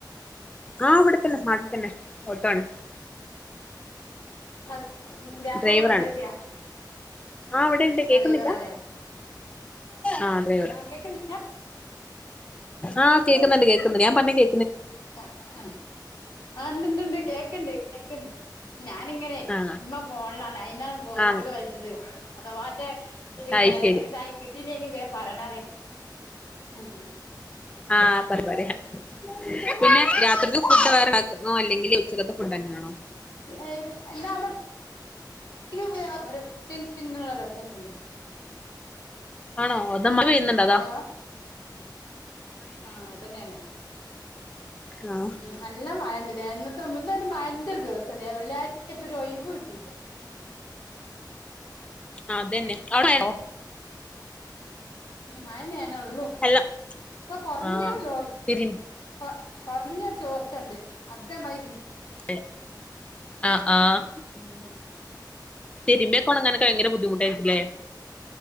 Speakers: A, on the left; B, on the left.
A: ആഹ് വടെത്തന്നെ നാട്ട്ത്തന്നെ ഓട്ടാണ്.
B: അ ഉം പുത്യാപ്ലവടെണ്ടോയ്
A: ഡ്രൈവറാണ്
B: ച്ചാ?
A: ആ ഇവടെ തെ കേക്കുന്നില്ല
B: ഡ്രൈവറാല്ലേ
A: ആ ഡ്രൈവർ
B: ആഹ് കേക്ക്ണ്ട്
A: ആഹ് കേക്ക്ന്ന്ണ്ട് കേക്ക്ന്ന്ണ്ട് ഞാൻ പർഞ്ഞെ കേ
B: അ അ ആ ണ്ട്ണ്ട്ണ്ട് കേ ക്ക്ണ്ട് കേക്ക്ണ്ട് ഞാനിങ്ങനെ
A: ആ
B: മ്മ ഫോൺലാണ് അയ്ന്നാണ് ഹോട്സ്പോട്ട്
A: ആ
B: വെൽ ത് അഥവാറ്റെ പിന്നേ
A: അയ് ശരി
B: ഇതായി പിന്നെ വേം പറ്യാണറ്യാ <unintelligible>
A: ആഹ് പറി പറ്യാ പിന്നെ രാത്രിക്ക് ഫുഡ്ഡ് വേറെ ങ്ങോ അല്ലെങ്കിൽ ഉച്ചകത്തെ ഫുഡെന്നേണോ?
B: ഏഹെ എല്ലാ അവ്ടെ <unintelligible> ഒര് ടിം ടിം ന്ന്ള്ള ഒച്ചെക്കും.
A: ആണോ അതമഴ പെയ്യുന്നുണ്ടതാ.
B: ഹലോ ആഹ് അതന്നേണ്.
A: ആ
B: നല്ല മയണ്ട്ലേ. ന്നത്തെ ന്നൊര് മയന്റൊര് ദിവസലേ. വെള്ളിയാഴ് ചായിട്ട് ഒരൊയിവ് കിട്ടീല്ല.
A: ആതെന്നെ ഔടെ മഴണ്ടോ?
B: ഉം മഴന്നേണൊള്ളു
A: ഹലോ
B: പ്പ കൊർഞ്ഞൊര്
A: ആ
B: ചോർ
A: തിരി
B: കൊ കൊർഞ്ഞൊര് ചോർച്ചണ്ട് അതേമാരി പിൻ
A: എ അഹ് ആഹ്
B: ഉം ശ്
A: തിരിമ്പ്യോക്കൊണങ്ങാനൊക്കെ ഭയങ്കര ബുദ്ധിമുട്ടായിര്ക്കുലെ.